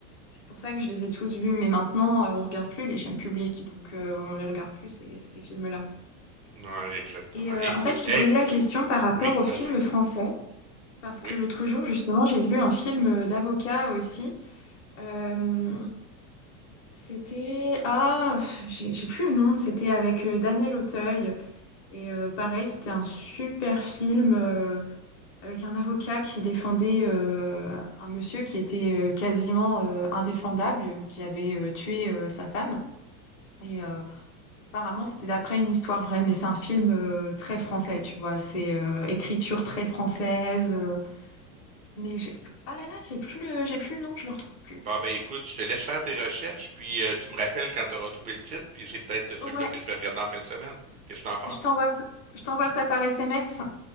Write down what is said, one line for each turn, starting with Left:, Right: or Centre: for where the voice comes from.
Left: C'est pour ça que je les ai tous vus. Mais maintenant, euh, on regarde plus les chaînes publiques, donc euh, on les regarde plus, ces, ces films-là.
Right: Non, exactement.
Left: Et euh,
Right: Écoute,
Left: en fait, je te
Right: hey,
Left: posais la
Right: je-
Left: question par rapport
Right: oui,
Left: aux films
Right: vas-y.
Left: français. Parce
Right: Oui.
Left: que l'autre jour, justement, j'ai vu un film euh, d'avocat aussi. Euh, c'était... Ah, j'ai j'ai plus le nom. C'était avec euh, Daniel Auteuil. Et euh, pareil, c'était un super film euh, avec un avocat qui défendait euh, un monsieur qui était euh, quasiment euh, indéfendable, euh, qui avait euh, tué euh, sa femme. Et euh, apparemment, c'était d'après une histoire vraie, mais c'est un film euh, très français, tu vois. C'est euh, écriture très française. euh, Mais j'ai... Ah là là, j'ai plus le... j'ai plus le nom, je le retrouve plus.
Right: Bon, ben écoute, je te laisse faire tes recherches, puis euh, tu me rappelles quand tu auras trouvé le titre, puis c'est peut-être celui-là
Left: Ouais,
Right: que je vais regarder en fin de semaine. Qu'est-ce que t'en penses?
Left: je t'envoie ça, je t'envoie ça par SMS.